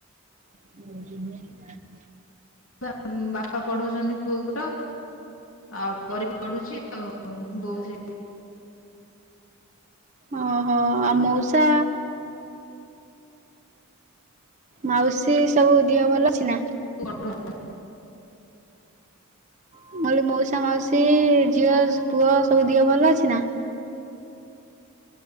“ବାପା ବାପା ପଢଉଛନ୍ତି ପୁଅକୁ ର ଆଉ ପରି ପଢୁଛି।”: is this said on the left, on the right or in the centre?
Left